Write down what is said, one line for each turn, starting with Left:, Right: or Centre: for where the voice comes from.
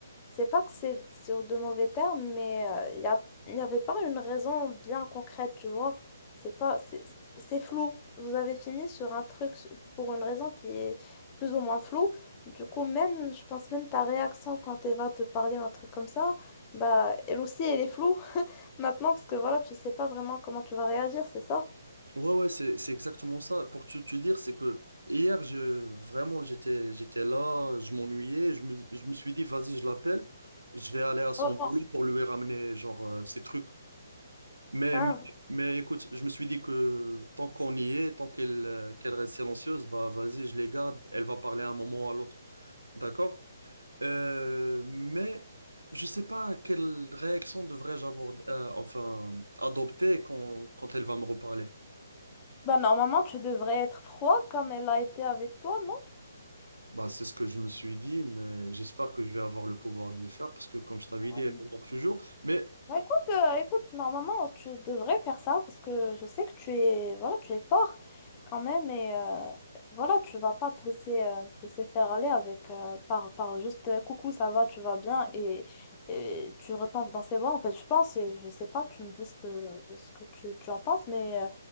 Left: C'est pas que c'est sur de mauvais termes, mais euh, il y a, il y avait pas une raison bien concrète, tu vois. C'est pas, c'est c'est flou. Vous avez fini sur un truc s- pour une raison qui est plus ou moins floue. Du coup, même, je pense même ta réaction quand Eva te parlait un truc comme ça, bah, elle aussi, elle est floue <laughs> maintenant parce que voilà, tu sais pas vraiment comment tu vas réagir, c'est ça?
Right: Ouais, ouais, c'est, c'est exactement ça. Pour te, te dire, c'est que hier, je, vraiment, j'étais, j'étais là, je m'ennuyais, je me, je me suis dit, vas-y, je l'appelle, je vais aller à son
Left: Oh,
Right: boulot
Left: bon.
Right: pour lui ramener, genre, euh, ses trucs. Mais,
Left: Hein?
Right: mais, mais écoute, je me suis dit que tant qu'on y est, tant qu'elle euh, qu'elle reste silencieuse, bah, vas-y, je les garde, elle va parler à un moment ou à l'autre. D'accord? Euh, mais je sais pas quelle réaction devrais-je aborder, euh, enfin, adopter quand, quand elle va me reparler.
Left: Bah, normalement, tu devrais être froid comme elle a été avec toi,
Right: Bah, c'est ce que je me suis dit, mais j'espère que je vais avoir le pouvoir de le faire parce que, comme je t'avais
Left: non?
Right: dit, elle me manque toujours. Mais,
Left: Bah, écoute, euh, écoute, normalement, tu devrais faire ça parce que je sais que tu es, voilà, tu es fort quand même et euh, voilà, tu vas pas te laisser, euh, te laisser faire aller avec euh, par, par juste euh, coucou, ça va, tu vas bien et, et tu retombes dans ses bras. En fait, je pense et je sais pas, tu me dis ce que, ce que tu, tu en penses, mais euh,